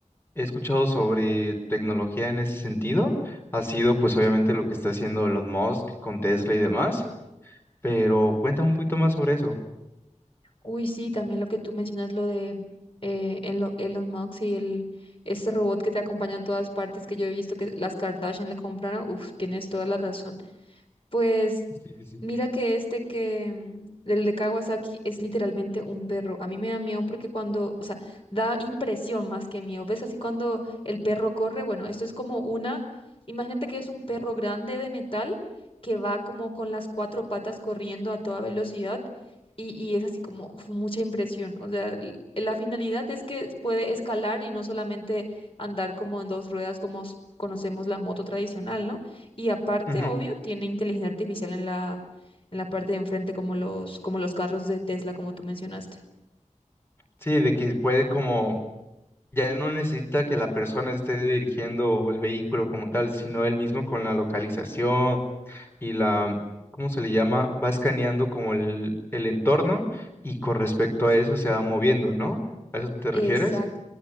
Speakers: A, on the left; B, on the left.
A: he escuchado sobre tecnología en ese sentido ha sido pues obviamente lo que está haciendo Elon Musk con Tesla y demás, pero cuéntame un poquito más sobre eso.
B: Uy, sí, también lo que tú mencionas, lo de eh, en lo- Elon Musk y el, ese robot que te acompaña a todas partes que yo he visto que las Kardashian le compraron, uf, tienes toda la razón. Pues
A: Sí, sí, sí.
B: mira que este que, mm, el de Kawasaki es literalmente un perro. A mí me da miedo porque cuando, o sea, da impresión más que miedo. ¿Ves así cuando el perro corre? Bueno, esto es como una, imagínate que es un perro grande de metal que va como con las cuatro patas corriendo a toda velocidad y, y es así como uf, mucha impresión. O sea, l- la finalidad es que puede escalar y no solamente andar como en dos ruedas como s- conocemos la moto tradicional, ¿no? Y aparte,
A: Ujú.
B: obvio, tiene inteligencia artificial en la, en la parte de enfrente, como los, como los carros de Tesla, como tú mencionaste.
A: Sí, de que puede como, ya no necesita que la persona esté dirigiendo el vehículo como tal, sino él mismo con la localización y la, ¿cómo se le llama? Va escaneando como el, el entorno y con respecto a eso se va moviendo, ¿no? ¿A eso te refieres?
B: Exacto.